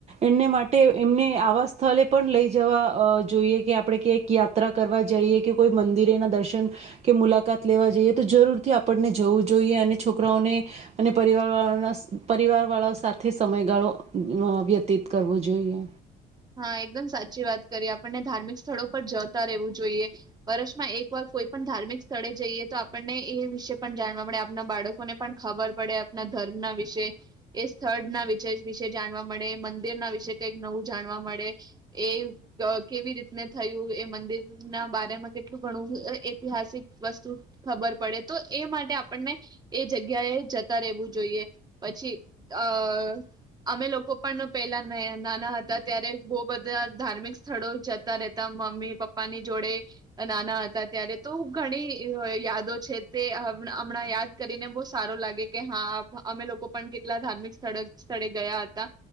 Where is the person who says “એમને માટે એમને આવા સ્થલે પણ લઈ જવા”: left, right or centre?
Right